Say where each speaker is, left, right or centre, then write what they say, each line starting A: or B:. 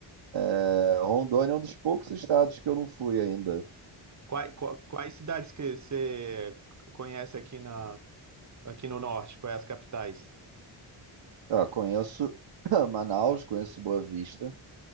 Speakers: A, on the right (about 65°); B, on the right (about 35°).
A: É, Rondônia é um dos poucos estados que eu não fui ainda.
B: Quais, qua- quais cidades que você conhece aqui na, aqui no norte? Quais as capitais?
A: Ah, conheço <coughs> <clears throat> Manaus, conheço Boa Vista.